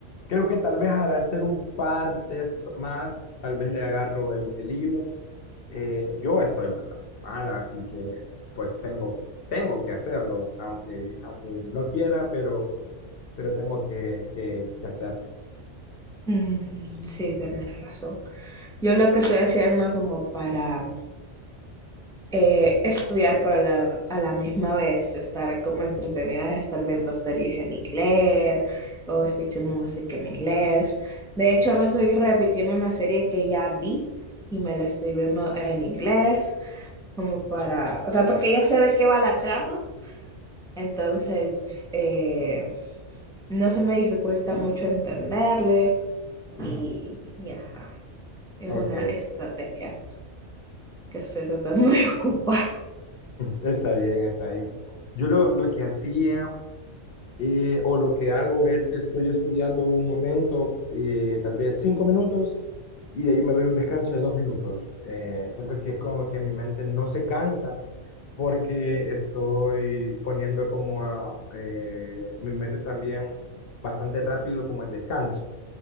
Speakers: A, on the left; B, in the centre.
A: creo que tal vez al hacer un par de esto más, tal vez le agarro el, el hilo. Eh, yo estoy bastante mala, así que pues tengo, tengo que hacerlos, aunque, aunque no quiera, pero pero tengo que, que- que hacerlo.
B: ujú, sí, tienes razón. Yo lo que estoy haciendo como para eh, estudiar, pero a la, a la misma vez estar como entretenidas, estar viendo series en inglés o escuchando música en inglés. De hecho, me estoy repitiendo una serie que ya vi y me la estoy viendo en inglés, como para, o sea, porque ya sé de qué va la trama, entonces eh, no se me dificulta mucho entenderle y, y ajá, es
A: Ok,
B: una estrategia que estoy tratando de <laughs> ocupar.
A: está bien, está bien. Yo lo, lo que hacía eh, o lo que hago es que estoy estudiando un momento, eh, tal vez cinco minutos, y de ahí me doy un descanso de dos minutos. Eh, siento que es como que mi mente no se cansa porque estoy poniendo como eh, mi mente también bastante rápido como en descanso.